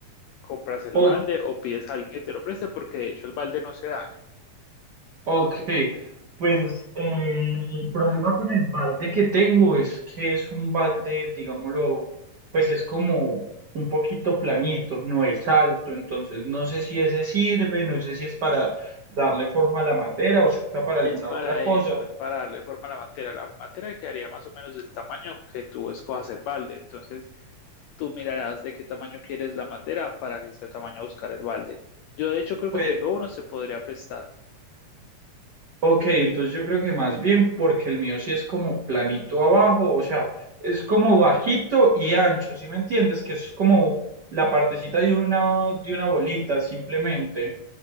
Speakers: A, on the left; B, on the right.
A: compras el
B: Ok,
A: balde o pides a alguien que te lo preste porque de hecho el balde no se daña.
B: Ok, pues eh, el problema con el balde que tengo es que es un balde, digámoslo, pues es como un poquito planito, no es alto, entonces no sé si ese sirve, no sé si es para darle forma a la materia o si usa para alguna
A: Es para
B: otra cosa.
A: eso, es para darle forma a la materia. La materia quedaría más o menos del tamaño que tú escojas el balde. Entonces, tú mirarás de qué tamaño quieres la materia para que sea tamaño buscar el balde. Yo, de hecho, creo
B: Pues,
A: que tengo uno, se podría prestar.
B: ok, entonces yo creo que más bien porque el mío sí es como planito abajo, o sea, es como bajito y ancho, ¿sí me entiendes? Que es como la partecita de una, de una bolita simplemente.